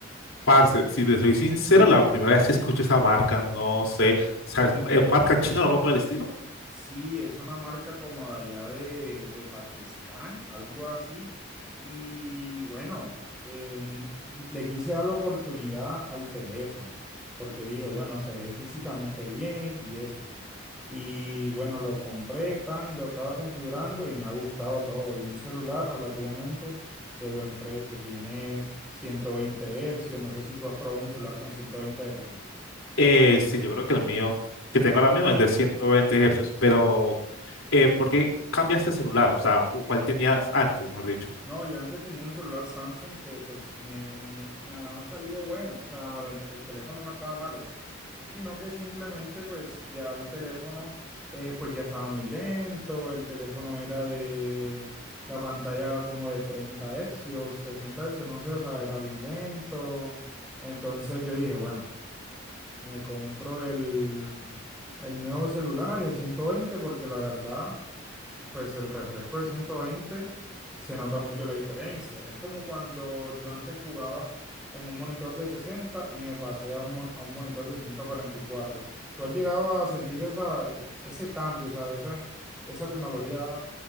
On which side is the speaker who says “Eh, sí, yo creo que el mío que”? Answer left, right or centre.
Left